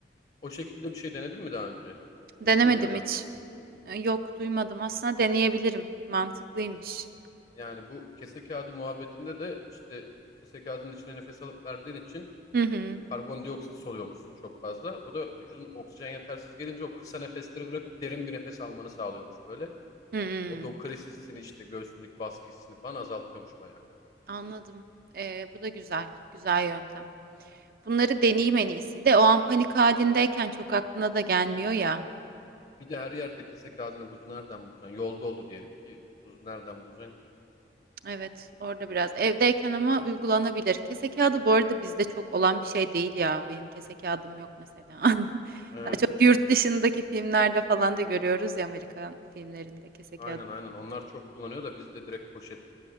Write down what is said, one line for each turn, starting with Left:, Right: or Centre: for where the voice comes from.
Left: O şekilde bir şey denedin mi daha önce?
Right: Denemedim
Left: Duydun mu ya da?
Right: hiç. E, Yok, duymadım. Aslında deneyebilirim. Mantıklıymış.
Left: Yani bu kese kağıdı muhabbetinde de işte kese kağıdının içine nefes alıp verdiğin için
Right: Hı hı.
Left: karbondioksit soluyormuşsun çok fazla. O da vücudun oksijen yetersiz gelince o kısa nefesleri bırakıp derin bir nefes almanı sağlıyormuş böyle.
Right: Hmm.
Left: O da o kriz hissini işte göğsündeki baskı hissini falan azaltıyormuş bayağı.
Right: Anladım. E, bu da güzel. Güzel yöntem. Bunları deneyeyim en iyisi de o an panik halindeyken çok aklına da gelmiyor ya.
Left: Bir de her yerde kese kağıdını buzu nereden bulacaksın? Yolda oldu diyelim ki buzu nereden bulacaksın ki?
Right: Evet, orada biraz evdeyken ama uygulanabilir. Kese kağıdı bu arada bizde çok olan bir şey değil ya. Benim kese kağıdım yok mesela. <laughs>
Left: Evet.
Right: Daha çok yurt dışındaki filmlerde falan da görüyoruz ya Amerikan filmlerinde kese
Left: Aynen
Right: kağıdı.
Left: aynen. Onlar çok kullanıyor da bizde direkt poşet.